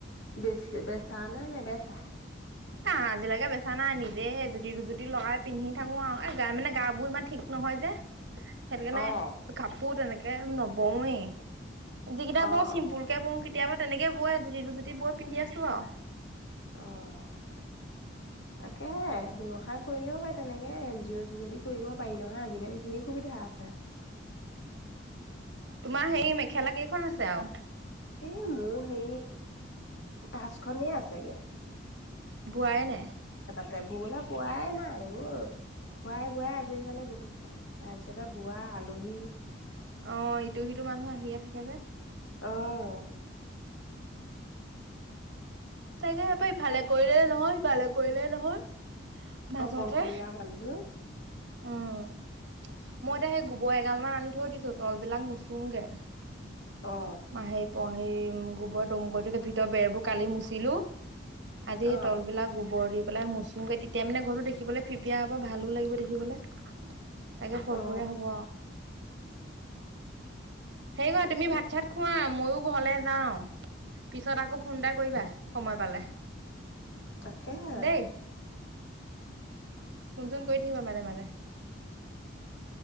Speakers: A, on the left; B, on the right.
A: বেচি বেচা নাই নাই বেচা
B: আহ, আজিলৈকে বেচা নাই নিজে এজুতি-দুজুতি লগাই পিন্ধি থাকো আও। এ মানে গা বোৰ ইমান ঠিক নহয়। নহয় যে সেইটো কাৰণে
A: অ
B: কাপোৰ তেনেকে নবওঁৱেই যিকেইটা
A: অ
B: বওঁ চিম্পুল
A: অ
B: কেে বওঁ কেতিয়াবা তেনেকে বই জুতি দুজুতি বৈ পিন্ধি আছো আৰু
A: অ তাকে ব্য্ৱসায় কৰিলেও হয় তেনেকে এন জি অ'ৰ যোগেদি কৰিব পাৰি নহয় আজিকালি ধঢেৰ সুবিধা আছে
B: তোমাৰ সেই মেখেলা কেইখন আছে আও?
A: এ মোৰ হে পাঁচখনেই আছেগে
B: বুৱাই নাই
A: <unintelligible> পোৱাই নাই এইবোৰ। খোৱাই-বোৱাই আজৰি হোৱালে বহুত টাইম, তাৰপিছতে বোৱা আলহী
B: অ ইটো সিটো মানুহ আহিয়ে থাকে যে
A: আহ
B: তাকে সপ ইফালে কৰিলে নহয় সিফালে কৰিলে নহয় মাজতে
A: অকলশৰীয়া মানুহ
B: উম মই এতিয়া সেই গোবৰ এগাল মান আনি থৈ দিছো তল বিলাক মোচুংগে।
A: অ
B: মই সেই প সেই গোবৰ দমগটো ভিতৰত বেৰবোৰ কালি মুচিলো। আদি
A: অ
B: তল বিিলাক গোবৰ পেলাই মোচুম গাই তেতিয়া মানে ঘৰো দেখিবলৈ ফিপিয়া হ'ব ভালো লাগিব দেখিবলৈ তাকে ফৰফুৰে
A: অ
B: হব। হেই কৰা
A: তাকে
B: তুমি ভাত চাত খোৱাা মইয়ও ঘৰলৈ যাওঁ পিছত আকৌ ফোন এটা কৰিবা সময় পালে,
A: তাকেহে
B: দেই। ফোন চোন কৰি থাকিবা মাজে মাজে।